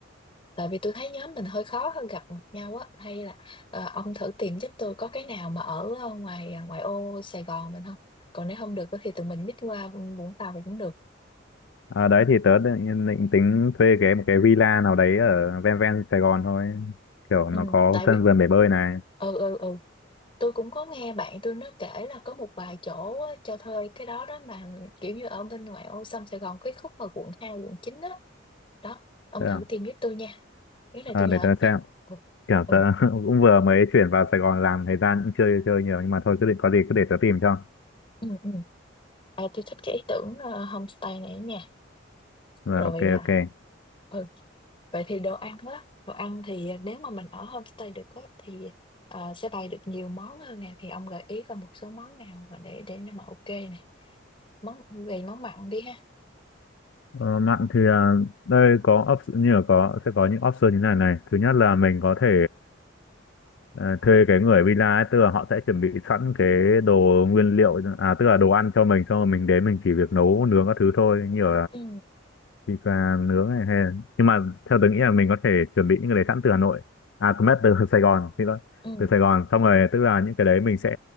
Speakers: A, on the left; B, on the left.
A: tại vì tôi thấy nhóm mình hơi khó hơn gặp mặt nhau á hay là ờ, ông thử tìm giúp tôi có cái nào mà ở ờ, ngoài à, ngoài ô Sài Gòn mình không còn nếu không được á thì tụi mình nhích qua Vũng Tàu thì cũng được
B: à, đấy thì tớ định, định tính thuê cái một cái villa nào đấy ở ven ven Sài Gòn thôi kiểu
A: ừ.
B: nó có
A: tại vì
B: sân vườn bể bơi này
A: ừ ừ ừ tôi cũng có nghe bạn tôi nó kể là có một vài chỗ á, cho thuê cái đó đó mà kiểu như ở bên ngoại ô sông Sài Gòn cái khúc mà quận 2, quận chín á đó ông
B: Thế
A: thử
B: à?
A: tìm giúp tôi nha nếu này
B: Ờ,
A: tôi nhờ
B: để tớ
A: ông nha
B: xem
A: ừ
B: kiểu
A: ừ
B: tớ <laughs> cũng vừa mới chuyển vào Sài Gòn làm thời gian cũng chưa chơi nhiều nhưng mà thôi cứ định có gì cứ để tớ tìm cho
A: ừ, ừ. À, tôi thích cái ý tưởng ờ, homestay này nha
B: rồi
A: rồi
B: ok
A: à,
B: ok
A: ừ vậy thì đồ ăn á đồ ăn thì nếu mà mình ở homestay được á thì ờ, sẽ bày được nhiều món hơn nè thì ông gợi ý coi một số món nào mà để để nó mà ok nè món về món mặn đi ha
B: Ờ, mạng thì à, đây có option như là có sẽ có những option như này này thứ nhất là mình có thể ờ, thuê cái người villa ấy tức là họ sẽ chuẩn bị sẵn cái đồ nguyên liệu à tức là đồ ăn cho mình xong rồi mình đến mình chỉ việc nấu nướng các thứ thôi như nhiều
A: ừ
B: thịt và nướng này hay nhưng mà theo tớ nghĩ là mình có thể chuẩn bị những cái đấy sẵn từ Hà Nội à không biết từ <laughs> Sài Gòn thì đó
A: ừ
B: từ Sài Gòn xong rồi tức là những cái đấy mình sẽ